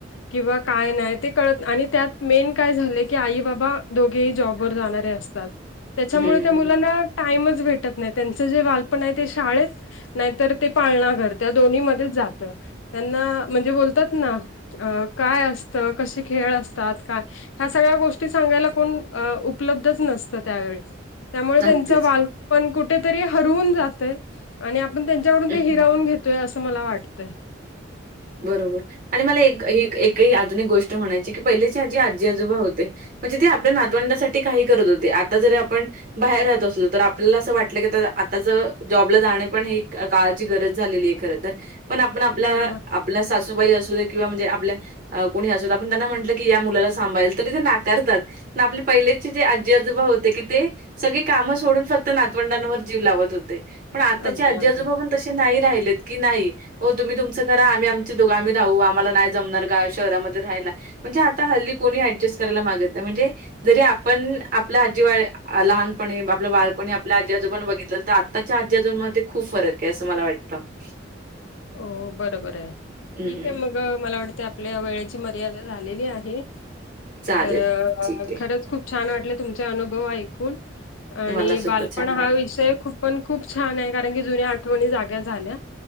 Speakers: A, on the left; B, on the right.
A: किंवा काय नाही ते कळत आणि त्यात मेन काय झालंय की आई बाबा दोघेही जॉबवर जाणारे असतात. त्याच्यामुळे
B: हं, हं,
A: त्या मुलांना
B: हं.
A: टाइमच भेटत नाही त्यांचं जे बालपण आहे ते शाळेत नाहीतर ते पाळणा घर त्या दोन्ही मध्येच जात त्यांना म्हणजे बोलतात ना अ काय असतं कसे खेळ असतात काय ह्या सगळ्या गोष्टी सांगायला कोण उपलब्धच, नसतं त्यावेळीस. त्यामुळे त्यांच
B: अगदीच.
A: बालपण कुठेतरी हरवून जातय आणि आपण त्यांच्याकडून
B: हं,
A: ते
B: हं.
A: हिरावून घेत ते असं मला वाटतंय
B: बरोबर आणि मला एक ह एकही आधुनिक, गोष्ट म्हणायची की पहिलेची आजी आजी आजोबा होते, म्हणजे ते आपल्या नातवंडासाठी काही करत होते आता जरी आपण बाहेर राहत असल तर आपल्याला असं वाटलं की आता ज जॉबला जाणं पण हे काळाची गरज झालेली, खर तर पण आपण आपला
A: बरोबर
B: आपला सासूबाई असू दे किंवा म्हणजे आपल्या कोणी असत आपण त्यांना म्हटलं की या मुलाला सांभाळेल तरी ते नाकारतात. आपले पहिलेचे जे आजी आजोबा होते की ते सगळी कामं सोडून फक्त नातवंडांवर जीव लावत होते पण आताचै,
A: अगदी
B: आजी,
A: अगदी
B: आजोबा, पण तसे नाही राहिलेत की नाही तुम्हीबा तुम खरा आम्ही आमचे दोघं आम्ही राहू आम्हाला नाही जमणार ग शहरामध्ये राहायला, म्हणजे आता हल्ली कोणी ऍडजस्ट, करायला मागत नाही म्हणजे जरी आपण आपल्या आजीवा लहानपणी आपल्या बाळपणी आपल्या आजी आजोबांना बघितलं तर आत्ताच्या आजीजोबामध्ये ते खूप फरक आहे असं मला वाटत तर <unintelligible>
A: हो बरोबर आहे ठीक
B: हं,
A: आहे मग,, ह मला वाटते आपल्या वेळेची मर्यादा झालेली आहे,
B: चालेल.
A: तर
B: ठीक आहे.
A: खरंच खूप छान वाटले तुमचे अनुभव ऐकून आणि
B: मला सुद्धा
A: बालपण
B: छान वाटलं.
A: हा विषय खूप पण खूप छान आहे कारण की जुन्या आठवणी जाग्या झाल्या